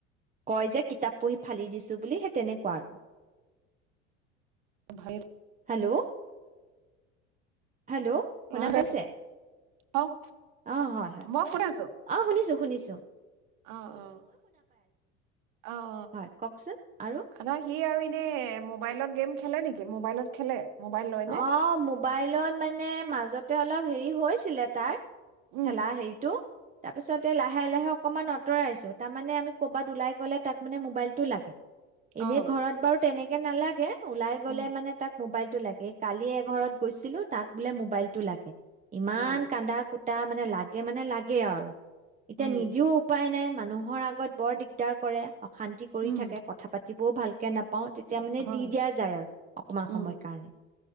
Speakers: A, on the right; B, on the right.
A: কয় যে কিতাপ পঢ়ি ফালি দিছো বুলি সেই তেনেকুৱা আৰু।
B: ভালে
A: হেল্ল'। হেল্ল' শুনা
B: অ'
A: পাইছে
B: অ'
A: অ হয় হয়
B: মই কোনে
A: অ' শুনিছো শুনিছো ছ
B: অ' অ' অ'
A: হয় কওকচোন আৰু
B: অ' না সেই আৰু এনে মোবাইলত গেম খেলে নেকি মোবাইলত খেলে মোবাইল লয় নে?
A: অ' মোবাইলত মানে মাজতে অলপ হেৰি হৈছিলে তাৰ
B: উম
A: খেলা হেইৰিটো তাৰ পিছতে লাহে লাহে অকনমান আঁতৰাইছো তাৰ মানে আমি ক'বাত ওলাই গলে তাক মানে মোবাইলতটো লাগে
B: অ
A: এনেই ঘৰত বাৰু তেনেকে এ নালাগে সেয়ে ওলাই গ'লে
B: উম
A: মানে তাক মোবাইলটো লাগেই কালি এঘৰত গৈছিলো তাক বোলে মোবাইলটো লাগে ইমান
B: অ
A: কান্দা কু এতিয়া মানে লাগে মানে লাগে আৰু এতিয়া
B: উম
A: নিদিও উপায় নাই মানুহৰ আগত বৰ দিগদাৰ কৰে অশান্তি কৰি
B: উম
A: থাকে কথা পাতি বহুত ভালকে নাপাওঁ এতিয়া মানে
B: হয়
A: দি দিয়া যায় আৰু অকমান
B: উম
A: সময় কাৰণে